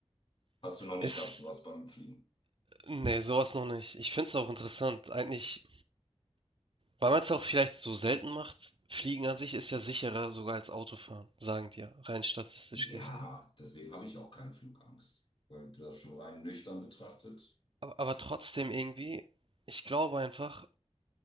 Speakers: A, on the left; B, on the right.
A: Hast du noch nicht
B: ist,
A: gehabt, sowas beim Fliegen?
B: nee, sowas noch nicht. Ich finde es auch interessant. Eigentlich, weil man es auch vielleicht so selten macht, Fliegen an sich ist ja sicherer sogar als Autofahren, sagen die ja, rein statistisch
A: Ja,
B: gesehen.
A: deswegen habe ich auch keine Flugangst. Weil du das schon rein nüchtern betrachtet,
B: Aber, aber trotzdem irgendwie, ich glaube einfach,